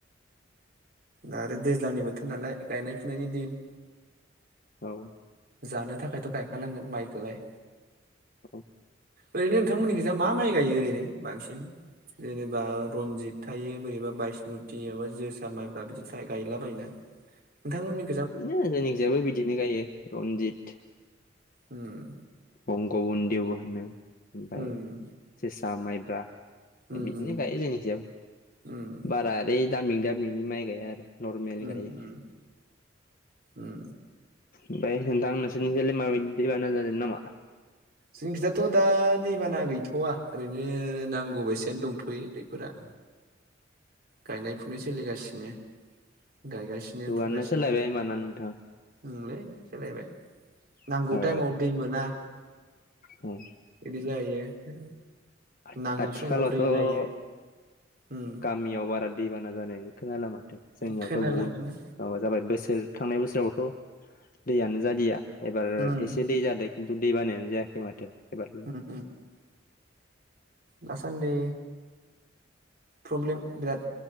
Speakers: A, on the right; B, on the left.
A: दा आरो दैज्लांनि बोथोर नालाय गायनाय फुनायनि दिन
B: औ
A: जानो थाखायथ' गायखानांगोन माइखोलाय
B: औ
A: ओरैनो नोंथांमोननि गोजा मा माइ गायो ओरैनो बांसिन जेनेबा रनजित थायो बोरैबा बायसमुति माबा जोसा माइब्रा बिदि गायलाबायोना नोंथांमोननि
B: बिदिनो जोंनि खिजायाबो बिदिनो गायो रनजित
A: उम
B: बंगबनन्देवबो होनो ओमफ्राय
A: उम
B: जोसा माइब्रा
A: उम
B: बिदिनो
A: उम
B: गायो जोंनि हिसाब
A: उम
B: बारा बे दामि दामिनि माइ गाया आरो नरमेल
A: उम
B: गायो
A: उम उम
B: ओमफाय नोंथां नोंसोरनिसोरलाय माबाय दैबाना जादों नामा
A: जोंनि खिथाथ' दा दैबाना गैथ'वा ओरैनो नांगौ बायसानो दंथ'यो दैफोरा
B: <inaudible>
A: गायनाय फुनाय सोलिगासिनो गायगासिनो
B: जुगानो
A: फुगासिनो
B: सोलायबाय होमबाना नोंथां
A: उम लै सोलायबाय नांगौ
B: ओ
A: टाइमाव दै मोना
B: औ
A: बिदि जाहैयो
B: आथि
A: नाङि
B: आथिखालावथ'
A: समाव दै जायो उम
B: गामियाव बारा दैबाना जानायनि खोनला माथो जोंनियावथ'
A: खोनाला
B: बहुद
A: खोना
B: अ जाबाय बोसोर थांनाय बोसोरावथ' दैयानो जालिया एबार
A: उम
B: एसे दै जादों दैबानायानो जायाखै माथो एबार
A: ओ दासान्दि प्रब्लेम बिराद